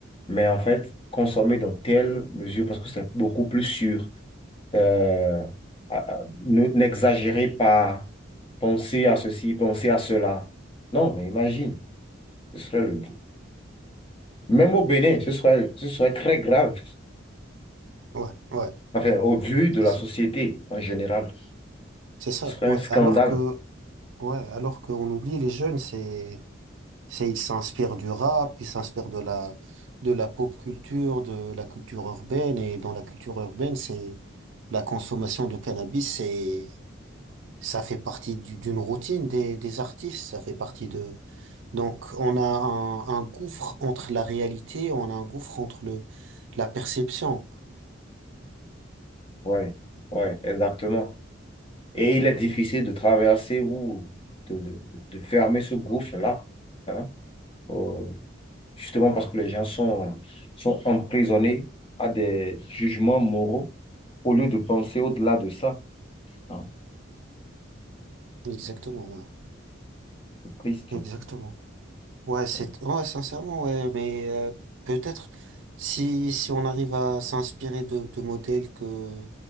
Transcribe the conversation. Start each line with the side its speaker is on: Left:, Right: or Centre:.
Left: mais en fait, consommez dans telle mesure parce que c'est beaucoup plus sûr. Euh, à- à- ne- n'exagérez pas, pensez à ceci, pensez à cela. Non, mais imagine, ce serait le... Même au Bénin, ce serait, ce serait très grave.
Right: Ouais, ouais,
Left: Enfin, au vu de
Right: c'est
Left: la
Right: ça,
Left: société en général,
Right: c'est ça.
Left: ce serait
Right: Ouais.
Left: un scandale.
Right: Alors que, ouais, alors qu'on oublie les jeunes, c'est, c'est ils s'inspirent du rap, ils s'inspirent de la de la pop culture, de la culture urbaine, et dans la culture urbaine, c'est la consommation de cannabis, c'est ça fait partie du- d'une routine des des artistes, ça fait partie de Donc, on a un, un gouffre entre la réalité, on a un gouffre entre le, la perception.
Left: Ouais, ouais, exactement. Et il est difficile de traverser ou de, de, de fermer ce gouffre-là, hein, euh, justement parce que les gens sont, sont emprisonnés à des jugements moraux au lieu de penser au-delà de ça. Ah,
Right: Exactement, ouais.
Left: c'est triste.
Right: Exactement. Ouais, c'est,
Left: Ah.
Right: ouais, sincèrement, ouais, mais euh, peut-être si, si on arrive à s'inspirer de, de modèles que